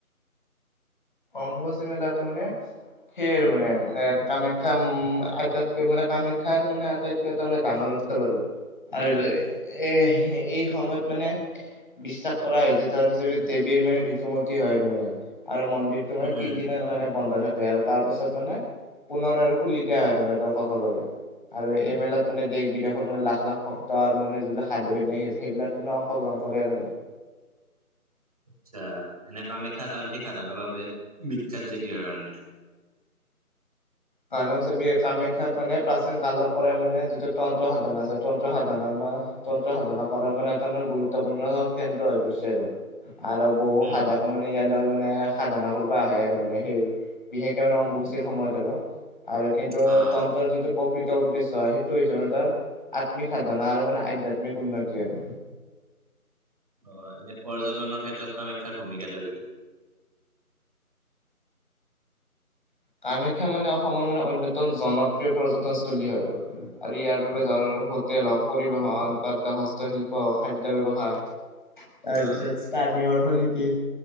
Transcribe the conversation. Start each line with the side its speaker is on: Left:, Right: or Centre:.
Left: অম্বুবাচি মেলাটো মানে সেই আৰু মানে এ, কামাখ্যা আটাইতকৈ মানে কামাখ্যাৰ মানে আটাইতকৈ তাৰমানে ডাঙৰ উ উৎসৱ আৰু। আৰ এ, এই সময়ত মানে বিশ্বাস কৰা হয় যে ধৰ যে দেৱীৰ মানে ঋতুমতী হয় আৰু মানে, আৰু মন্দিৰ তোমাৰ
Right: উম
Left: তিন
Right: উম
Left: দিনৰ কাৰণে বন্ধ থাকে আৰু তাৰ পিছত মানে পোন্ধৰত আৰু খুলি দিয়া হয় তাৰে দৰ্শকৰ বাবে। আৰু এই মেলাত মানে দেশ বিদেশৰ মানে লাখ লাখ ভক্ত আৰু মানে যিবিলাক সাধু নাকি আছে সেইবিলাক সিদিনা অংশগ্ৰহণ কৰে আৰু মানে।
Right: আচ্ছা, এনে কামাখ্যাত আনকি সাধনৰ বাবে বিখ্যাত যে কিহৰ কাৰণে?
Left: কাৰণ চাবি কামাখ্যাত মানে প্ৰাচীন কালৰ পৰাই মানে যিটো তন্ত্ৰ সাধনা আছে তন্ত্ৰ সাধনৰ ম তন্ত্ৰ সাধনা কৰাৰ মানে এটা মানে গুৰুত্বপূৰ্ণ কেন্দ্ৰ হৈ পৰিছে আৰু। আৰু বহু
Right: উম
Left: সাধ মানে ইয়ালৈ মানে সাধনা কৰিব আহে আৰু মানে সেই বিশেষকে মানে অম্বুবাচীৰ সময়ত আৰু। আৰু কিন্তু
Right: অ
Left: তন্ত্ৰৰ
Right: অ
Left: যিটো প্ৰকৃত উদ্দেশ্য সেইটো হৈছে মানে ধৰ আত্মিক সাধনা আৰু মানে আধ্যয়াত্মিক উন্নতি আৰু।
Right: অ' এনে পৰ্যটনৰ ক্ষেত্ৰত কামাখ্যাৰ ভূমিকাটো কি?
Left: কামাখ্যা মানে অসমৰ মানে অন্যতম জনপ্ৰিয় পৰ্যটনস্থলী হয় আৰু। আৰু ইয়াৰ বাবে ধৰ হোটেল হওক, পৰিবহন, হস্তশিল্প হওক খাদ্য ব্যৱসায় <inaudible> তাৰপিছত
Right: অ
Left: স্থানীয় অৰ্থনীতি,